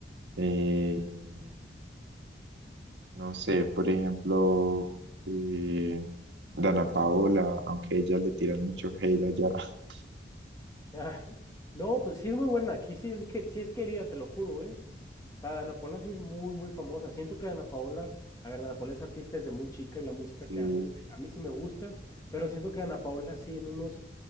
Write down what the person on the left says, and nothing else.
<laughs> ah, no, pues sí es muy buena, aquí sí es, que, sí es querida, te lo juro, ¿eh? sea, Dana Paola sí es muy, muy famosa. Siento que Dana Paola, a ver, Dana Paola es artista desde muy chica y la música
que hace, es- a mí sí me gusta, pero siento que Dana Paola sí en unos